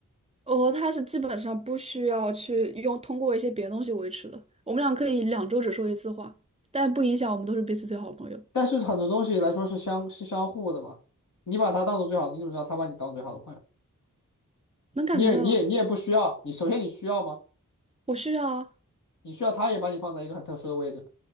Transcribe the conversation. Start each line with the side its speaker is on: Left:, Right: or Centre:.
Right: 哦，他是基本上不需要去用通过一些别的东西维持的。我们俩可以两周只说一次话，但不影响我们都是彼此最好的朋友。
Left: 但是很多东西来说是相是相互的嘛。你把他当做最好的，你怎么知道他把你当最好的朋友？
Right: 能感觉到啊，
Left: 你也你也你也不需要，你首先你需要吗？
Right: 我需要啊，
Left: 你需要他也把你放在一个很特殊的位置